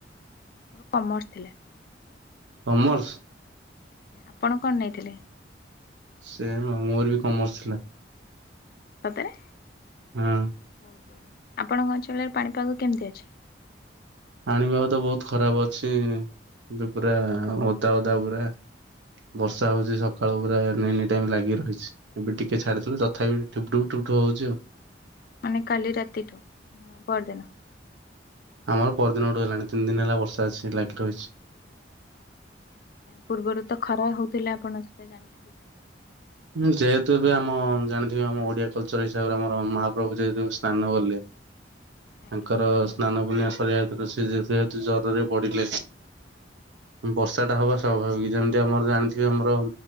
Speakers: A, on the left (about 55°); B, on the right (about 80°).
A: ମୋର କମର୍ସ ଥିଲା।
B: କମର୍ସ?
A: ଆଜ୍ଞା ଆପଣ କଣ ନେଇଥିଲେ?
B: ସେମ ମୋର ବି କମର୍ସ ଥିଲା।
A: ସତରେ?
B: ହଁ।
A: ବହୁତ ବଢିଆ, ଆପଣଙ୍କ ଅଞ୍ଚଳରେ ପାଣିପାଗ କେମିତି ଅଛି?
B: ପାଣିିପାଗ ତ ବହୁତ ଖରାପ ଅଛି, ଏବେ ପୁରା ଓଦା ଓଦା ପୁରା। ବର୍ଷା ହଉଛି ସକାଳୁ ପୁରା ଏନି ଟାଇମ୍ ଲାଗି ରହିଛି। ଏବେ ଟିକେ ଛାଡିଥିଲା ତଥାପି ଠୁପଠୁପ ଠୁପଠୁପୁ ହଉଛି ଆଉ।
A: ମାନେ କାଲି ରାତିଠୁ ନା ପଅରଦିନ?
B: ଆମର ପଅରଦିନଠୁ ହେଲାଣି, ତିନି ଦିନ ହେଲା ବର୍ଷା ଆସି ଲାଗି ରହିଛି।
A: ପୂର୍ବରୁ ତ ଖରା ହଉଥିଲା ଆପଣ ସେଟା ଜାଣିିଥିବେ।
B: ହୁଁ, ଯେହେତୁ ଏବେ ଆମ ଜାଣିଥିବେ ଆମ ଓଡିଆ କଲଚର୍ ର ହିସାବରେ ଆମର ମହାପ୍ରଭୁ ଯେହେତୁ ସ୍ନାନ କଲେ
A: ଆଜ୍ଞା
B: ତାଙ୍କର ସ୍ନାନ ପୂର୍ଣ୍ଣିମା ସରିିବା ଭିତରେ ସେ ଯେ ଯେହେତୁ ଜରରେ ପଡିଲେ ବର୍ଷା ଟା ହବା ସ୍ୱାଭାବିକ, ଯେମିତି ଆମର ଜାଣିଥିବେ ଆମର